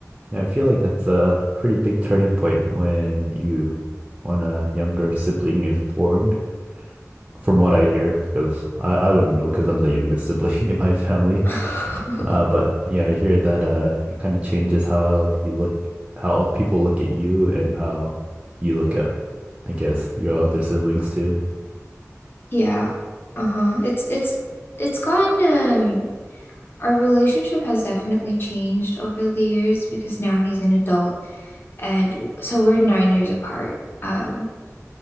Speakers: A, on the right; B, on the left.
A: Yeah, I feel like that's a pretty big turning point when you, when a younger sibling is born, from what I hear, because I, I wouldn't know because I'm the youngest sibling <laughs> in my family.
B: <laughs>
A: Uh, but yeah, I hear that uh, it kind of changes how you look, how people look at you and how you look at, I guess, your other siblings too.
B: Yeah. Uh-huh. It's it's it's gotten um. Our relationship has definitely changed over the years because now he's an adult. And so we're nine years apart. Um,